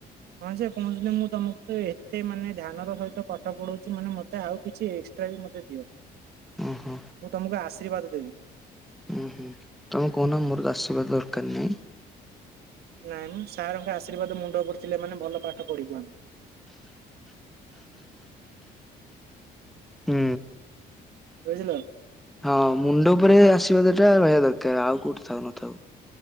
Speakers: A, on the right (about 70°); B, in the centre.
A: ହଁ ଯେ କୁହୁଚନ୍ତି ମୁଁ ତମକୁ ଏତେ ମାନେ ଧ୍ୟାନର ସହିତ ପାଠ ପଢଉଛି ମାନେ ମତେ ଆଉ କିଛି ଏକ୍ସଟ୍ରା ବି ମେତେ ଦିଅ
B: ଓହୋ
A: ମୁଁ ତମକୁ ଆଶୀର୍ବାଦ ଦେବି।
B: ଉଁ-ହୁଁ, ତୁମେ କହୁନ ମୋର ଆଶୀର୍ବାଦ ଦରକାର ନାହିଁ।
A: ନାଇଁ ମ ସାରଙ୍କ ଆଶୀର୍ବାଦ ମୁଣ୍ଡ ଉପରେ ଥିଲେ ମାନେ ଭଲ ପାଠ ପଢିବୁ ଆମେ।
B: ହୁଁ।
A: ବୁଝିଲ।
B: ହଁ ମୁଣ୍ଡ ଉପରେ ଆଶୀର୍ବାଦ ଟା ରହିବା ଦରକାର ଆଉ କୋଉଠି ଥାଉ ନଥାଉ।